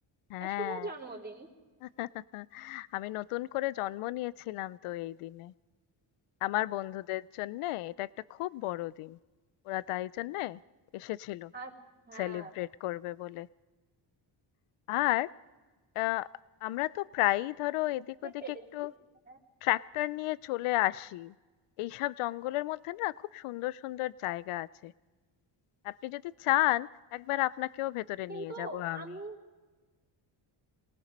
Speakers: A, on the left (about 85°); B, on the right (about 20°).
A: হ্যাঁ,
B: আহ, শুভ জন্মদিন
A: <laughs> আমি নতুন করে জন্ম নিয়েছিলাম তো এই দিনে। আমার বন্ধুদের জন্যে এটা একটা খুব বড় দিন। ওরা তাই জন্যে এসেছিল
B: আচ্ছা হ্যাঁ
A: সেলিব্রেট করবে বলে। আর আ আমরা তো প্রায়ই ধরো
B: বুঝতে
A: এদিক ওদিক
B: পেরেছি
A: একটু
B: হ্যাঁ,
A: ট্রাক্টর নিয়ে চলে আসি। এইসব জঙ্গলের মধ্যে না খুব সুন্দর সুন্দর জায়গা আছে। আপনি যদি চান একবার আপনাকেও ভেতরে
B: কিন্তু
A: নিয়ে যাব আমি।
B: আমি